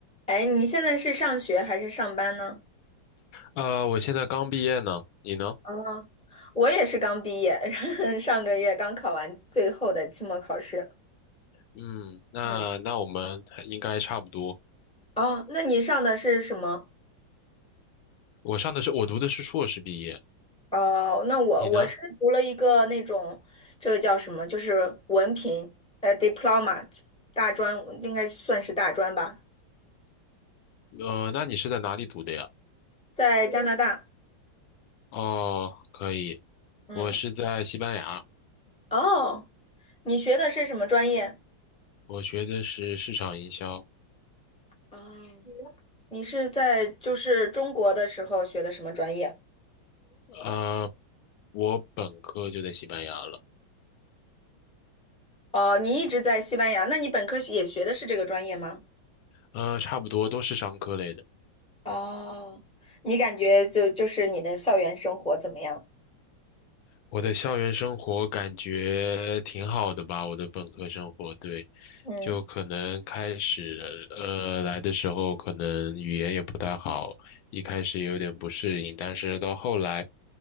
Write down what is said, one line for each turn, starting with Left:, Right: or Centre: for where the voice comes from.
Centre: 哎，你现在是上学还是上班呢？
Left: 呃，我现在刚毕业呢，你呢？
Centre: 啊，我也是刚毕业，<laughs> 上个月刚考完最后的期末考试。
Left: 嗯，那那我们还应该差不多。
Centre: 嗯，哦，那你上的是什么？
Left: 我上的是我读的是硕士毕业，
Centre: 哦，那我我是读了一个那种，
Left: 你呢？
Centre: 这个叫什么？就是文凭，呃，diploma，大专，应该算是大专吧，
Left: 呃，那你是在哪里读的呀？
Centre: 在加拿大。
Left: 哦，可以，
Centre: 嗯，
Left: 我是在西班牙，
Centre: 哦，你学的是什么专业？
Left: 我学的是市场营销。
Centre: 哦，你是在就是中国的时候学的什么专业？
Left: 呃，我本科就在西班牙了，
Centre: 哦，你一直在西班牙，那你本科学也学的是这个专业吗？
Left: 呃，差不多都是商科类的。
Centre: 哦，你感觉就就是你的校园生活怎么样？
Left: 我的校园生活感觉挺好的吧，我的本科生活，对，
Centre: 嗯，
Left: 就可能开始，呃，来的时候可能语言也不太好，一开始也有点不适应，但是到后来，